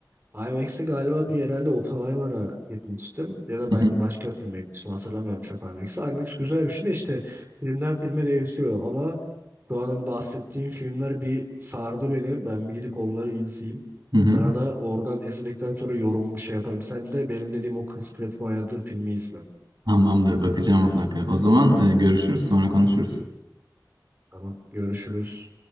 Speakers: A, on the right; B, on the right.
A: IMAX'e galiba bir herhalde Oppenheimer'a gitmiştim ya da
B: Hı
A: belki
B: hı,
A: başka bir filme gitmiştim hatırlamıyorum çok IMAX'e. IMAX güzel bir şey de işte filmden filme değişiyor ama şu an hani bahsettiğim filmler bir sardı beni. Ben bir gidip onları izleyeyim.
B: hı hı.
A: Sana da oradan izledikten sonra yorumumu şey yaparım. Sen de benim dediğim o Chris Pratt'ın oynadığı filmi izle.
B: Tamamdır bakacağım mutlaka. O zaman e, görüşürüz sonra konuşuruz.
A: Tamam görüşürüz.